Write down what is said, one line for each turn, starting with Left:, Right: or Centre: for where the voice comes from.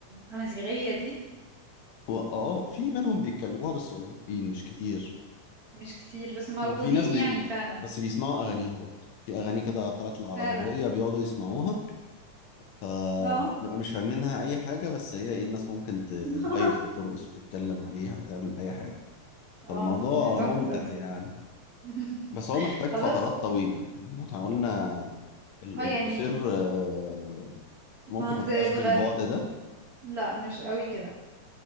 Right: الامازيغيه دي
Left: هو- اه في منهم بيتكلموها بس قليلين مش كتير
Right: مش كتير بس موجودين
Left: وفي ناس بي...
Right: يعني فعلا
Left: بس بيسمعوا اغانيها برضه في اغاني كده بتاعت العربويه
Right: فعلا
Left: بيقعدوا يسمعوها فبنبقى
Right: اه
Left: مش فاهمينها اي حاجه بس هي ايه الناس ممكن تفايب
Right: <laughs>
Left: وترقص وتتكلم عليها وتعمل اي حاجه
Right: اه
Left: فالموضوع
Right: دي تحفة
Left: ممتع
Right: دي
Left: يعني
Right: <laughs>
Left: بس هو محتاج
Right: خلاص
Left: فترات طويله يعني احنا قلنا ال-
Right: اه يعني
Left: القصير آه، ممكن
Right: فعند
Left: ما تبقاش
Right: الغرب
Left: بالبعد ده
Right: لا مش قوي كده